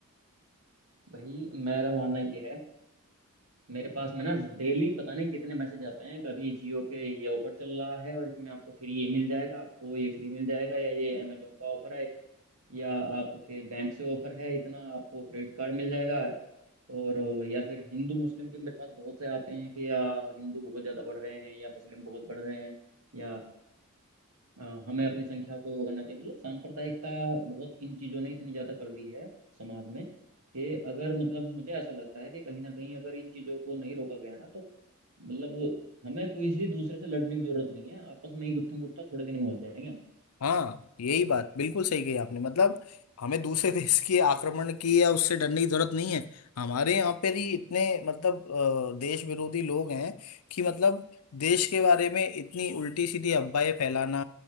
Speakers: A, on the right; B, on the left.
A: भाई मेरा मानना ये है मेरे पास में ना डेली पता नहीं कितने मैसेज आते हैं कभी जियो के ये ऑफर चल रहा है और इसमें आपको फ्री ये मिल जाएगा आपको ये फ्री मिल जाएगा या ये अमेजोन का ऑफर है या आपके बैंक से ऑफर है इतना आपको क्रेडिट कार्ड मिल जाएगा और या फिर हिंदू मुस्लिम के मेरे पास बहुत से आते हैं कि या हिंदू बहुत ज़्यादा बढ़ रहे हैं या मुस्लिम बहुत बढ़ रहे हैं या अ, हमें अपनी संख्या को वो करना चाहिए मतलब सांप्रदायिकता बहुत इन चीजों ने इतनी ज्यादा कर दी है समाज में कि अगर मतलब मुझे ऐसा लगता है कि कहीं ना कहीं अगर इन चीजों को नहीं रोका गया ना तो मतलब हमें किसी दूसरे से लड़ने की जरूरत नहीं है आपस में ही गुत्थम गुत्था थोड़े दिन में हो जाएंगे हम
B: हाँ यही बात बिल्कुल सही कही आपने मतलब हमें दूसरे <laughs> देश के आक्रमण की या उससे डरने की जरूरत नहीं है हमारे यहाँ पर ही इतने मतलब अ, देश विरोधी लोग हैं कि मतलब देश के बारे में इतनी उल्टी सीधी अफवाहें फैलाना